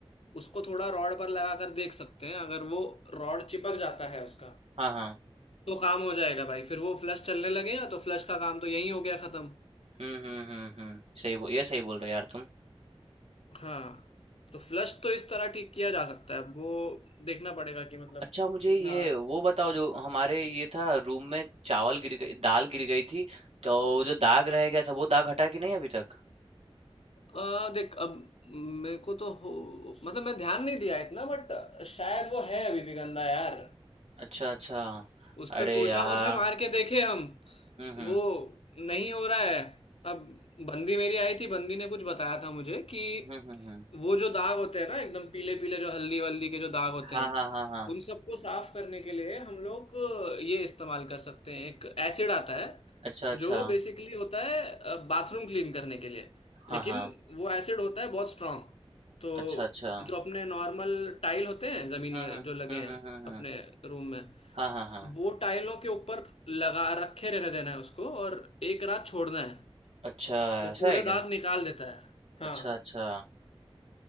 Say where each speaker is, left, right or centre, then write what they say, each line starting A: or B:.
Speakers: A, on the left; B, on the right.
A: उसको थोड़ा रॉड पर लगा कर देख सकते हैं अगर वो रॉड चिपक जाता है उसका
B: हाँ, हाँ।
A: तो काम हो जाएगा भाई फिर वो फ्लश चलने लगेगा तो फ्लश का काम तो यही हो गया खत्म
B: हुँ, हुँ, हुँ, हुँ। सही बो ये सही बोल रहे हो यार तुम।
A: हाँ तो फ्लश तो इस तरह ठीक किया जा सकता है अब वो देखना पड़ेगा कि मतलब
B: अच्छा मुझे
A: कितना
B: ये वो बताओ जो हमारे ये था रूम में चावल गिर गई दाल गिर गई थी तो जो दाग रह गया था वो दाग हटा कि नहीं अभी तक
A: आ, देख अब मेरे को तो हो मतलब मैं ध्यान नहीं दिया इतना बट शायद वो है अभी भी गंदा यार
B: अच्छा अच्छा
A: उस
B: अरे
A: पे पोछा
B: यार
A: ओछा मार के देखे हम
B: हम्म हम्म
A: वो नहीं हो रहा है अब बंदी मेरी आई थी बंदी ने कुछ बताया था मुझे कि
B: हम्म हम्म हम्म,
A: वो जो दाग होते हैं ना एकदम पीले पीले जो हल्दी वल्दी के जो दाग होते
B: हाँ
A: हैं
B: हाँ हाँ हाँ
A: उन सबको साफ करने के लिए हम लोग ये इस्तेमाल कर सकते हैं एक एसिड आता है
B: अच्छा अच्छा
A: जो बेसिकली होता है बाथरूम क्लीन करने के लिए
B: हाँ
A: लेकिन
B: हाँ
A: वो एसिड होता है बहुत स्ट्रांग तो
B: अच्छा अच्छा
A: जो अपने नॉर्मल टाइल होते हैं जमीन
B: हम्म
A: में
B: हम्म
A: जो लगे
B: हम्म
A: हैं
B: हम्म हम्म
A: अपने
B: हम्म,
A: रूम में
B: हाँ हाँ हाँ
A: वो टाइलों के ऊपर लगा रखे रहने देना है उसको और एक रात छोड़ना है
B: अच्छा
A: वो
B: ऐसा
A: पूरे
B: है क्या
A: दाग निकाल देता है हाँ
B: अच्छा अच्छा